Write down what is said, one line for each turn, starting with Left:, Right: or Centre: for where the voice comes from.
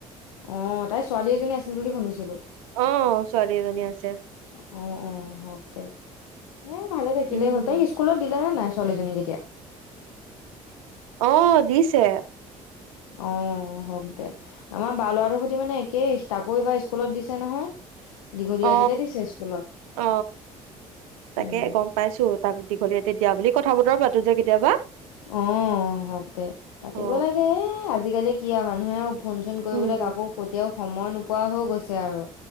Left: অ' তাইৰ ছোৱালী এজনী আছিল বুলি শুনিছিলো।
Right: অ' ছোৱালী এজনী আছে।
Left: অ'অ' হওক দে, এ ভালে থাকিলে
Right: উম
Left: হ'ল তই স্কুল স্কুলত দিলা নে নাই ছোৱালীজনী এতিয়া?
Right: অ' দিছে।
Left: অ' হওক দে। আমাৰ বা ল'ৰাটোৰ সৈতে মানে একেই, তাকো এইবাৰ স্কুলত দিছে নহয়। দীঘলী
Right: অ
Left: আতিতে দিছে স্কুলত
Right: অ তাকে
Left: উম,
Right: গম পাইছো তাক দীঘলীয়া এ দিয়া বুলি কথা বতৰা পাতো যে কেতিয়াবা।
Left: আহ, হওক দে, পাতিব
Right: অ
Left: লাগে এ, আজিকালি কিয় মানুহে আৰু ফোন-চোন কৰিবলৈ
Right: উম
Left: কাকো কেতিয়াও সময় নোপোৱা হৈ গৈছে আৰু।